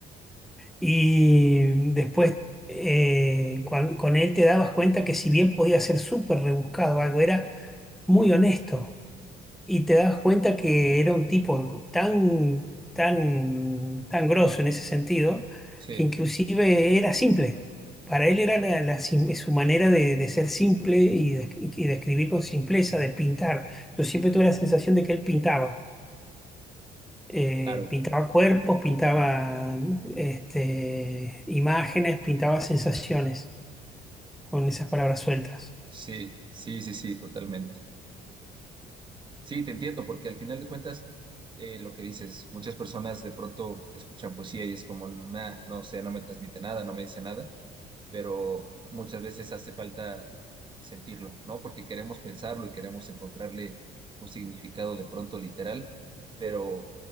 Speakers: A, in the centre; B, on the right.
A: Y después eh, con, con él te dabas cuenta que si bien podía ser súper rebuscado algo, era muy honesto. Y te dabas cuenta que era un tipo tan, tan, tan grosso en ese sentido,
B: Sí,
A: que inclusive era simple. Para él era la- la sim- su manera de, de ser simple y de, y de escribir con simpleza, de pintar. Yo siempre tuve la sensación de que él pintaba eh,
B: claro,
A: pintaba cuerpos, pintaba este, imágenes, pintaba sensaciones con esas palabras sueltas.
B: sí, sí, sí, sí, totalmente. Sí, te entiendo, porque al final de cuentas, eh, lo que dices, muchas personas de pronto escuchan poesía y es como, "Nah, no sé, no me transmite nada, no me dice nada, pero muchas veces hace falta sentirlo, ¿no? Porque queremos pensarlo y queremos encontrarle un significado de pronto literal, pero